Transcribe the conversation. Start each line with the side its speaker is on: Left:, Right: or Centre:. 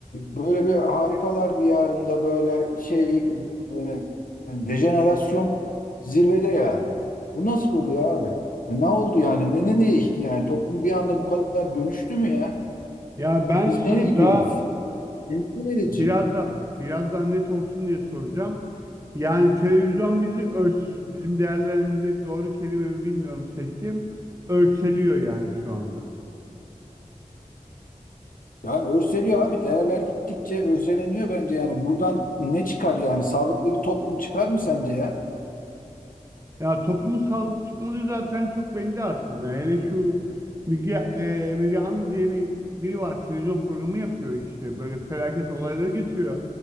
Left: böyle bir harikalar diyarında böyle şey, böyle yani dejenerasyon zirvede yani. Bu nasıl oluyor abi? Ya Ne oldu yani? Ne ne değişti yani? Toplum bir anda bu kadar dönüştü mü ya?
Right: Ya ben
Left: Biz nereye
Right: sana
Left: gidiyoruz?
Right: daha
Left: Endişe verici.
Right: biraz da biraz daha net olsun diye soracağım. Yani televizyon bizi örs bizim değerlerimizi doğru kelime mi bilmiyorum seçeyim. Örseliyor yani şu anda.
Left: Yani örseliyor abi. Değerler gittikçe örseleniyor bence yani. Buradan ne çıkar yani? Sağlıklı bir toplum çıkar mı sence ya?
Right: Ya toplumun sağlıklı çıkmadığı zaten çok belli aslında. Hele şu Müge, e, Müge Anlı diye bir biri var. Televizyon programı yapıyor işte. Böyle felaket olayları getiriyor.